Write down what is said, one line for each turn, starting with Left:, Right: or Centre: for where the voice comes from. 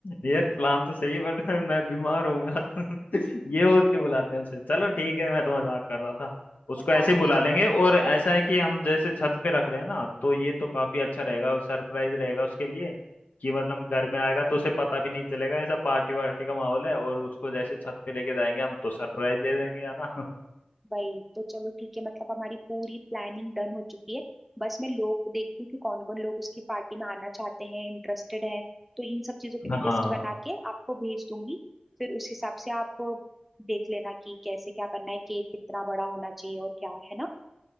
Left: यार प्लान तो सही है बट मैं बीमार होऊंगा <laughs> तो ये बोल के बुलाते हैं उसे चलो ठीक है मैं तो मजाक कर रहा था उसको ऐसे
Centre: हाँ
Left: ही बुला लेंगे और ऐसा है कि हम जैसे छत पे रख रहे हैं ना तो ये तो काफी अच्छा रहेगा सरप्राइज रहेगा उसके लिए कि मतलब घर में आएगा तो उसे पता भी नहीं चलेगा ऐसा पार्टी वार्टी का माहौल है और उसको जैसे छत पे लेके जाएंगे हम तो सरप्राइज दे देंगे है ना
Centre: वही तो चलो ठीक है मतलब हमारी पूरी प्लानिंग डन हो चुकी है बस मैं लोग देखती हूँ कि कौन कौन लोग उसकी पार्टी में आना चाहते हैं इंटरेस्टेड है तो इन सब चीजों की
Left: हाँ
Centre: मैं लिस्ट बना के आपको भेज दूंगी फिर उस हिसाब से आप देख लेना कि कैसे क्या करना है केक कितना बड़ा होना चाहिए और क्या है ना